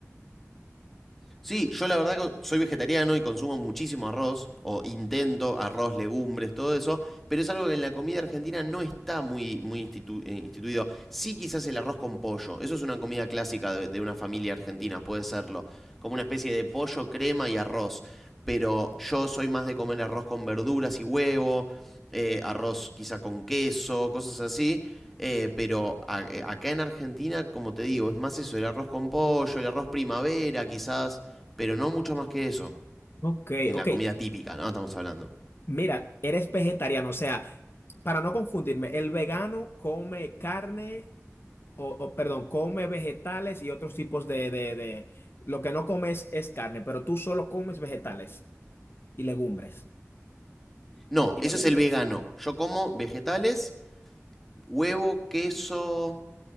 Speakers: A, in the centre; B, on the left.
A: Sí, yo la verdad que soy vegetariano y consumo muchísimo arroz, o intento arroz, legumbres, todo eso, pero es algo que en la comida argentina no está muy, muy institu- eh, instituido. Sí, quizás el arroz con pollo, eso es una comida clásica de, de una familia argentina, puede serlo, como una especie de pollo, crema y arroz, pero yo soy más de comer arroz con verduras y huevo, eh, arroz quizá con queso, cosas así. eh, pero a- eh, acá en Argentina, como te digo, es más eso, el arroz con pollo, el arroz primavera quizás, pero no mucho más que eso.
B: Ok,
A: En
B: ok.
A: la comida típica, ¿no? Estamos hablando.
B: Mira, eres vegetariano, o sea, para no confundirme, el vegano come carne. O, o, perdón, come vegetales y otros tipos de, de, de... Lo que no comes es carne, pero tú solo comes vegetales y legumbres.
A: No, eso es el vegano. Yo como vegetales, huevo, queso,